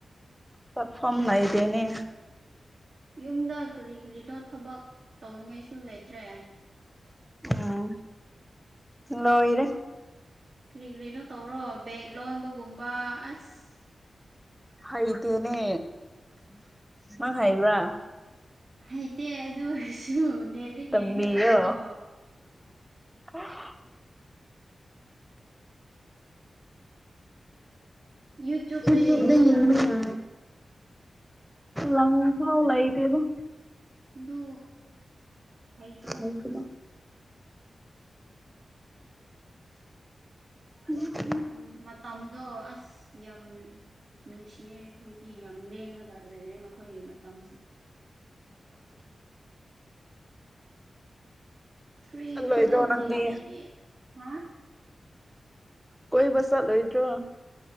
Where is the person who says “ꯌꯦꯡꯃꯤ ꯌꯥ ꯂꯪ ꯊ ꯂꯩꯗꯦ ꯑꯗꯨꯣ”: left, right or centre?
Centre